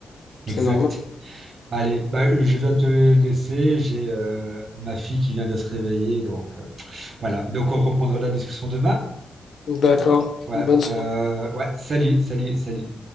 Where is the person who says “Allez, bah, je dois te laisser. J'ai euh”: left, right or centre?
Right